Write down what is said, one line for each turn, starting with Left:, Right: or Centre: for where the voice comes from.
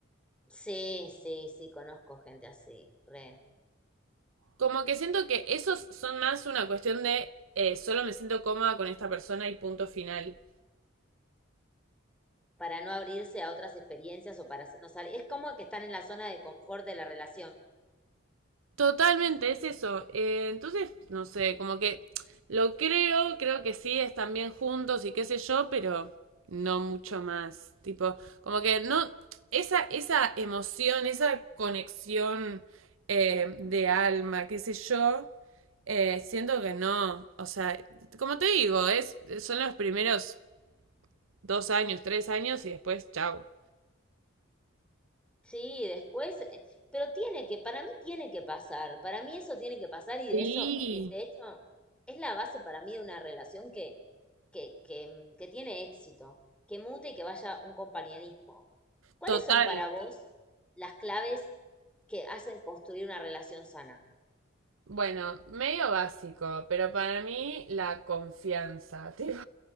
Centre: Sí, sí, sí, conozco gente así, re.
Right: Como que siento que esos son más una cuestión de eh, solo me siento cómoda con esta persona y punto final.
Centre: Para no abrirse a otras experiencias o para no salir. Es como que están en la zona de confort de la relación.
Right: Totalmente, es eso. Eh, entonces, no sé, como que lo creo, creo que sí, están bien juntos y qué sé yo, pero no mucho más. Tipo, como que no, esa, esa emoción, esa conexión eh, de alma, qué sé yo, eh, siento que no. O sea, como te digo, es, son los primeros dos años, tres años y después, chao.
Centre: Sí, después, eh, pero tiene que, para mí tiene que pasar, para mí eso tiene que pasar y
Right: Sí,
Centre: de eso, de, de hecho, es la base para mí de una relación que, que, que, mm, que tiene éxito, que mute y que vaya un compañerismo. ¿Cuáles
Right: Total.
Centre: son para vos las claves que hacen construir una relación sana?
Right: Bueno, medio básico, pero para mí la confianza, <laughs> tipo,